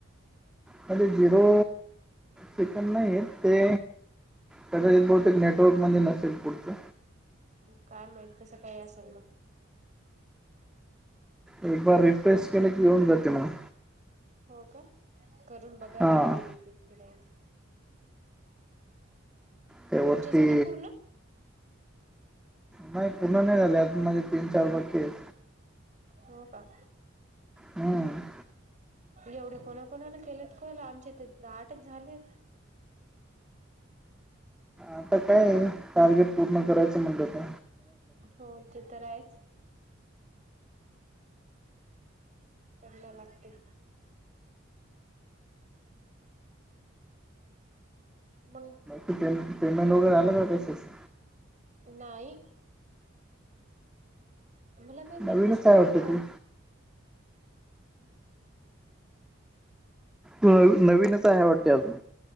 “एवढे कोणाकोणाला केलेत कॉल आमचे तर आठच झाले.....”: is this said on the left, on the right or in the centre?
Right